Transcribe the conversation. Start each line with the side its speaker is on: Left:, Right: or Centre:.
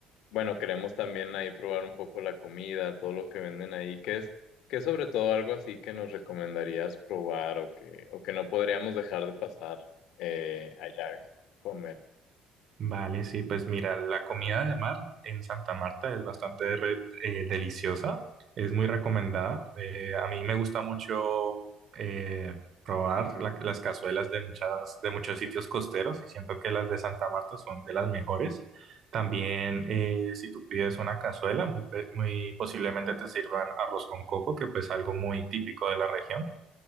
Left: Bueno, queremos también ahí probar un poco la comida, todo lo que venden ahí, que es, que es sobre todo algo así que nos recomendarías probar o que, o que no podríamos dejar de pasar eh, allá a comer.
Right: Vale, sí, pues mira, la comida de mar en Santa Marta es bastante re- eh, deliciosa, es muy recomendada. Eh, a mí me gusta mucho eh, probar la- las cazuelas de muchas, de muchos sitios costeros y siento que las de Santa Marta son de las mejores. También, eh, si tú pides una cazuela, muy, pe- muy posiblemente te sirvan arroz con coco, que pues es algo muy típico de la región